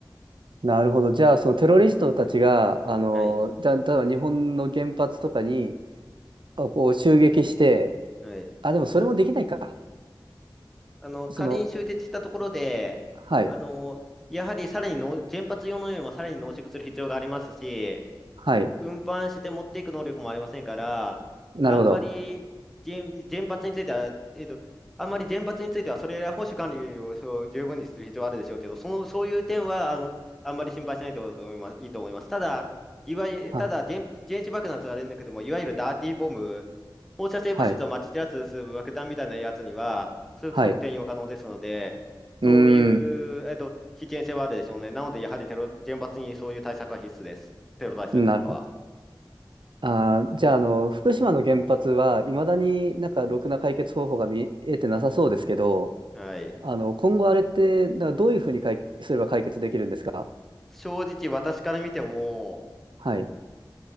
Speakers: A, on the right; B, in the centre.
A: なるほど。じゃあ、そのテロリストたちが、あの、
B: はい。
A: じゃあ、例えば日本の原発とかに、あこう、襲撃して、
B: はい。
A: あ、でもそれもできないか。
B: あの、仮に終結したところで、
A: その、はい。
B: あの、やはりさらにの原発用のよりもさらに濃縮する必要がありますし、
A: はい。
B: 運搬して持っていく能力もありませんから、
A: なるほど。
B: あんまり原、原発については、えっと、あんまり原発については、それら保守管理をそう十分にする必要はあるでしょうけど、その、そういう点はあん、あんまり心配しないと思います、いいと思います。ただ、いわゆる、
A: は、
B: ただ原、原子爆弾とはあれんだけども、いわゆるダーティーボム、放射性物質をまき散らす爆弾みたいなやつには、
A: はい。
B: す即転用可能ですので、
A: はい。うー
B: そういう、
A: ん。
B: えっと、危険性はあるでしょうね。なので、やはりテロ、原発にそういう対策は必須です。テロ対策とかは。
A: なるほど。あー、じゃあ、あの、福島の原発はいまだになんかろくな解決方法が見えてなさそうですけど、
B: はい。
A: あの、今後あれって、だからどういうふうに解すれば解決できるんですか
B: 正直私から見ても、
A: はい、